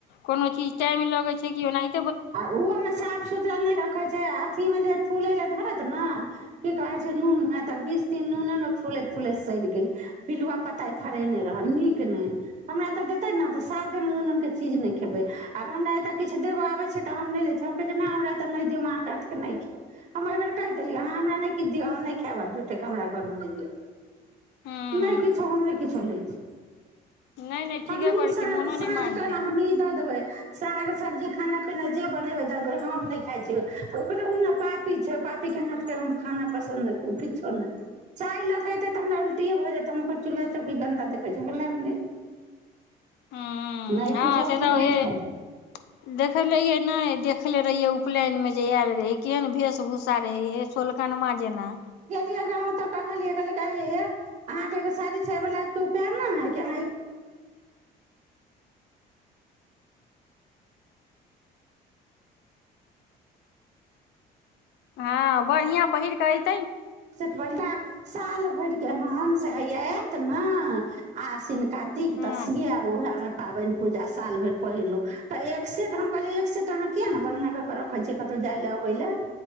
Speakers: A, on the left (about 80°); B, on the right (about 45°).
A: कोनो चीज टाइम लगै छै क ओनाहि
B: आ ओहोमे साफ सुथरा नहि रखे छै अथी मे जे फूले ल धरत ने की कहै छै नून मे तऽ बीस दिन नू मे फूलैत फूलैत सड़ गेल पिलुआ पताइ फड़ेने रहल नीक नहि हमरा तऽ देते ने त सात जन के चीज नहि खेबै आब हमरा ए किछु देब आबै छै तऽ नहिै हम कहै नहि हमरातऽ नहि दिय हम अहाँ क नहि खायउ हम एहि बेेर कहि देलियै अहाँ हमरा नहि किछु दिअ हम नहि खायब आ जूठेके हमरा घरमे नहि दिअ
A: हूँ
B: नहि किछो हम नहि किछो लै छी
A: नहि नहि ठीके
B: हमही
A: करै
B: साझं
A: छी मोनो
B: साझं
A: नहि मानतै
B: कऽ दऽ देबै सब्जी खाना जे बै हम नहि खाइ छियै ओकरा ओ पापी छै पापीके हाथके हम खाना पसन्दू किछो नहि चाय लऽकेऽतै तऽ हमरा उल्टिए भऽ जेतै हम ओकर चूल्हा चौ कि गन्दा देखै छिय नहि
A: ह
B: नहि
A: हँ
B: किछु हमसभ
A: से तऽ
B: नहि
A: इ
B: खाइ
A: देख ल नहि देखले रहिय उपनयन में जे आयल रहै केहन वेश भूषा रहै हे सोलकनमा जेकां
B: गांव तऽ कहलियै कहलै हे अहाँके एगो साड़ी साजा ब्लाउजके उपाय न हय कि अहाँ
A: हँ बढ़ियां पहिर क अयत
B: सेट बढ़ साल भरिक हसं आएत न आसिन कातिक
A: हूँ
B: तसगे आब उएह मे पाबनि पूजा साल भरि पहिरलहुँ तऽ एक सेट हम कहलियै एक सेट अहाँ किएक नहि बढ़िआँ कऽ कऽ रखै छियै कतहु जाय लेलए अबै लेलए